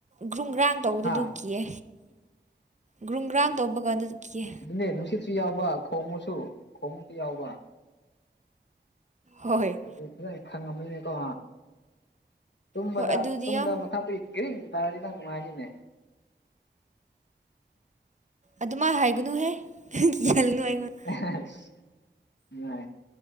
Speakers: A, on the right; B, on the left.
A: ꯒ꯭ꯔꯨꯝꯒ꯭ꯔꯥꯡ ꯇꯧꯕꯗ
B: ꯍꯥ
A: ꯑꯗꯨ ꯀꯤꯌꯦ ꯒ꯭ꯔꯨꯝ ꯒ꯭ꯔꯥꯡ ꯇꯧꯕ ꯀꯥꯟꯗ ꯀꯤꯌꯦ
B: ꯏꯗꯅꯦ ꯅꯨꯡꯁꯤꯠꯁꯨ ꯌꯥꯎꯕ ꯈꯣꯡꯉꯁꯨ ꯈꯣꯡꯉꯁꯨ ꯌꯥꯎꯕ
A: ꯍꯣꯏ
B: ꯑꯗꯨ ꯐꯖꯅ ꯑꯩ ꯈꯪꯉꯝꯅꯤꯅꯦꯀꯣ ꯇꯨꯝꯕꯗ
A: ꯍꯣꯏ ꯑꯗꯨꯗꯤ
B: ꯇꯨꯝꯗ
A: ꯌꯥꯝ
B: <unintelligible> ꯒꯔꯤꯡ ꯇꯔꯗꯤ ꯅꯪ ꯅꯨꯡꯉꯥꯏꯅꯤꯅꯦ
A: ꯑꯗꯨꯃꯥꯏ ꯍꯥꯏꯒꯨꯅꯨꯍꯦ ꯀꯤꯍꯥꯜꯂꯨꯅꯨ ꯑꯩꯉꯣꯟꯗ
B: <unintelligible> ꯌꯥꯏ